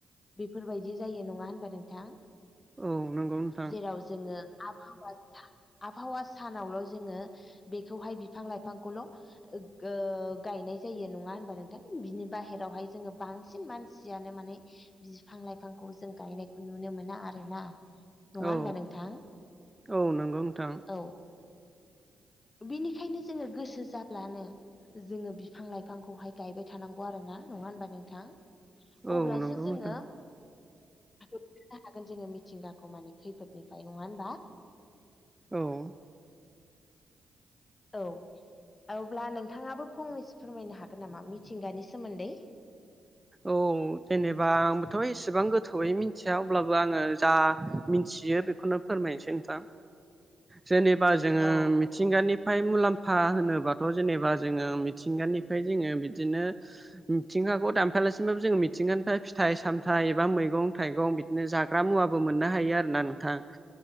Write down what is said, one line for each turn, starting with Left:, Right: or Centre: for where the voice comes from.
Left: बेफोरबायदि जायो नङा होनबा नोंथां।
Right: औ नंगौ नोंथां।
Left: जेराव जोङो आबहावा आबहावा सानावल' जोङो बेखौहाय बिफां लाइफांखौल' ओ गायनाय जायो नङा होनबा नोंथां बिनि बाहेरावहाय जोङो बांसिन बांसिन मानसियानो माने बिफां लाइफांखौ जों गायनायखौ नुनो मोना आरोना। नङा होनोमबा
Right: औ
Left: नोंथां
Right: औ नंगौ नोंथां औ नंगौ नोंथां
Left: औ बिनिखायनो जोङो गोसो जाब्लानो जोङो बिफां लाइफांखौहाय गायबाय थानांगौ आरो ना नङा होनबा नोंथां।
Right: औ
Left: अब्लासो
Right: नंगौ
Left: जोङो
Right: नोंथां
Left: <unintelligible> हागोन जोङो मिथिंगाखौ माने खैफोदनिफ्राय नङा होनबा।
Right: औ
Left: औ अब्ला नोंथाङाबो फंनैसो फोरमायनो हागोन नामा मिथिंगानि सोमोन्दै
Right: औ जेनेबा आंबोथ' एसेबां गोथौयै मिथिया अब्लाबो आङो जा मिथियो बेखौनो फोरमायनोसै नोंथां जेनेबा जोङो
Left: औ
Right: मिथिंगानिफ्राय मुलाम्फा होनोबाथ' जेनेबा जोङो मिथिंगानिफ्राय जोङो बिदिनो <inaudible> मिथिंगाखौ दानफायालासिमबबो जोङो मिथिंगोन ओमफ्राय फिथाइ सामथाइ एबा मैगं थाइगं बिदिनो जागोन। मुवाबो मोननो हायो आरोना नोंथां